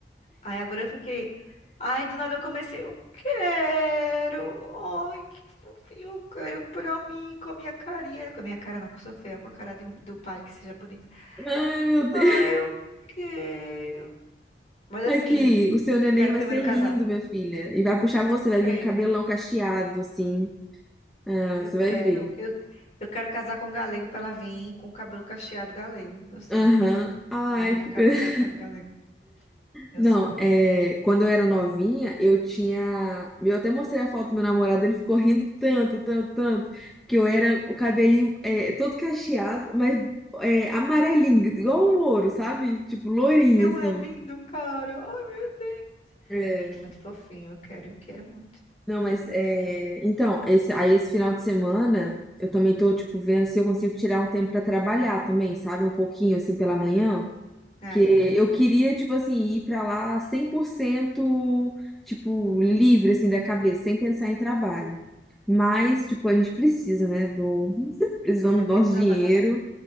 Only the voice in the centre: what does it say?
Ai, meu
Deus.
Aqui, o seu neném
vai
ser lindo,
minha filha. E vai puxar você,
vai
vir com cabelão cacheado, assim. Ah,
você
vai ver.
Aham. Ai,
que
Não,
é, quando eu era novinha, eu tinha. Eu até mostrei a foto do meu namorado, ele ficou rindo tanto, tanto, tanto, que eu era o cabelinho é, todo cacheado, mas é, amarelinho, igual um ouro, sabe? Tipo, lourinho,
assim.
É,
não, mas é, então, esse, aí esse final de semana eu também tô, tipo, vendo se eu consigo tirar um tempo pra trabalhar também, sabe? Um pouquinho assim pela manhã.
Que
eu
queria, tipo assim, ir pra lá 100% tipo, livre, assim, da cabeça, sem pensar em trabalho. Mas, tipo, a gente precisa, né, do... <laughs> Precisamos
do
nosso
dinheiro.